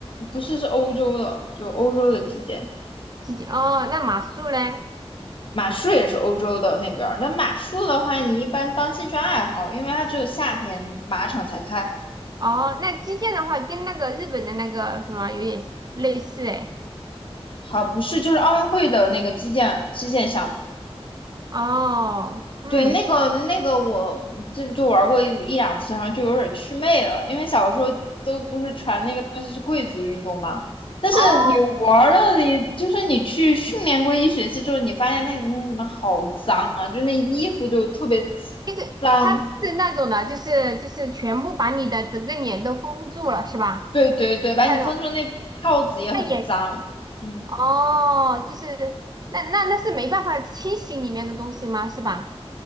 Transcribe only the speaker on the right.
击剑哦，那马术嘞？
哦，那击剑的话跟那个日本的那个什么有点类似哎。
哦，嗯。
哦，
就是它是那种的，
就是就是全部把你的整个脸都封住了，是吧？
那种，那也。
哦，就是那那那是没办法清洗里面的东西吗？是吧？